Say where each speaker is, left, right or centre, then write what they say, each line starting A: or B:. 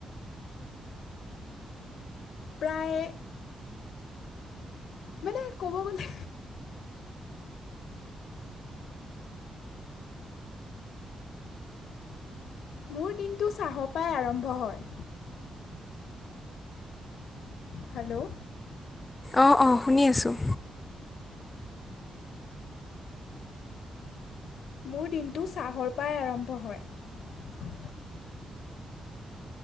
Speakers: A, on the left; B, on the left.
A: প্ৰায় মানে ক'ব গলে মোৰ দিনটো চাহৰ পাই আৰম্ভ হয় হেল্ল'
B: অ অ শুনি আছোঁ
A: মোৰ দিনটো চাহৰ পৰাই আৰম্ভ হয়।